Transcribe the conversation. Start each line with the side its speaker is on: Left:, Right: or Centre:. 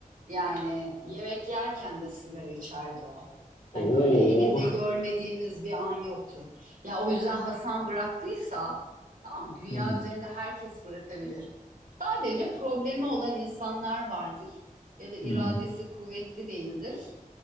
Right: Yani yemek yerken de sigara içerdi o. Hani
Left: Oo.
Right: öyle elinde görmediğimiz bir an yoktu. Ya o yüzden Hasan bıraktıysa tamam mı? dünya
Left: Hı hı.
Right: üzerinde herkes bırakabilir. Sadece problemi olan insanlar vardır ya da iradesi
Left: Hı hı.
Right: kuvvetli değildir.